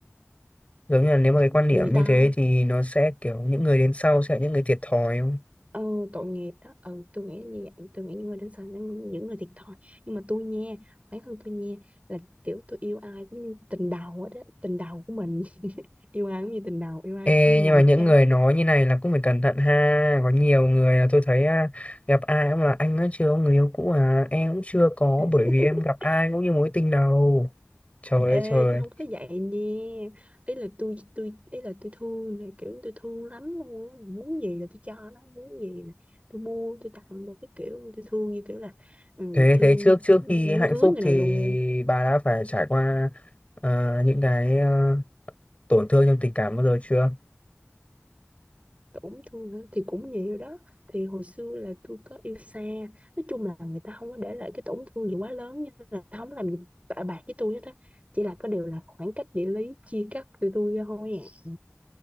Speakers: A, on the left; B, on the right.
A: giống như là nếu mà cái quan
B: người
A: điểm
B: ta
A: như thế thì nó sẽ kiểu những người đến sau sẽ là những người thiệt thòi không
B: ừ, tội nghiệp đó ừ tôi nghĩ là như vậy tôi nghĩ những người đến sợ những người thiệt thòi nhưng mà tôi nha bản thân tôi nha là kiểu tôi yêu ai cũng như tình đầu đó tình đầu của mình <laughs> yêu ai cũng như tình đầu yêu ai
A: Ê,
B: cũng như nồng
A: nhưng mà những
B: cháy
A: người nói như này là cũng phải cẩn thận ha có nhiều người là tôi thấy à, gặp ai cũng là anh ấy chưa có người yêu cũ à em cũng chưa có
B: <laughs>
A: bởi vì em gặp ai cũng như mối tình đầu trời ơi
B: Ê
A: trời
B: tôi không có vậy nha Ý là tôi tôi ý là tôi thương là kiểu tôi thương lắm luôn á là muốn gì là tôi cho nó muốn gì là tôi mua tôi tặng đồ cái kiểu tôi thương như kiểu là ừ,
A: thế
B: thương
A: thế trước
B: như
A: trước
B: muốn
A: khi hạnh
B: cưới
A: phúc
B: người
A: thì
B: này luôn
A: bà đã phải trải qua à, những cái à, tổn thương trong tình cảm bao giờ chưa
B: tổn thương hả? thì cũng nhiều đó thì hồi xưa là tôi có yêu xa nói chung là người ta không có để lại cái tổn thương gì quá lớn như là không làm gì bạ bạc với tôi hết á chỉ là có điều là khoảng cách địa lý chia cắt từ tôi ra thôi à